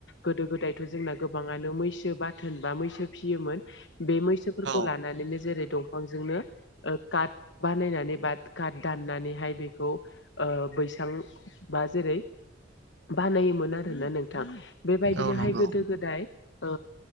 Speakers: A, on the left; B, on the right.
A: गोदो गोदायथ' जोंना गोबांङानो मैसो बाथोन बा मैसो फिसियोमोन। बे मैसोफोरखौ
B: औ
A: लानानैनो जेरै दंफांजोंनो काट बानायनानै बाद कात दननानैहाय बेखौ ओ बैसां बा जेरै बानायोमोन आरोना नोंथां बेबायदिनोहाय
B: औ नंगौ
A: गोदो गोदाय ओ